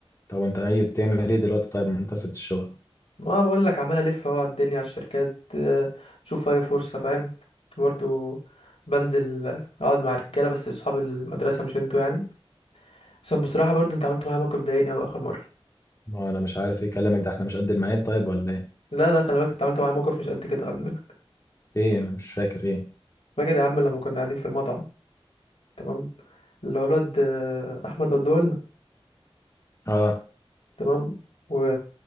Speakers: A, on the left (about 30°); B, on the left (about 85°).
A: طب وانت ايه بتعمل ايه دلوقتي طيب ما انت سبت الشغل
B: ما بقول لك عمال الف اهو على الدنيا على الشركات اه، اشوف اي فرصه فاهم برضو بنزل آه، اقعد مع الرجاله بس اصحاب المدرسه مش انتوا يعني عشان بصراحه برضو انت عملت معايا موقف ضايقني اوي اخر مره
A: ما انا مش عارف ايه كلامك ده احنا مش قد المعين طيب ولا ايه؟
B: لا لا خلي بالك انت عملت معايا موقف مش قد كده خلي بالك
A: ايه ما أنا مش فاكر ايه
B: فاكر يا عم لما كنا قاعدين في المطعم تمام اللي هو الواد آه، احمد ودولنا
A: اه
B: تمام و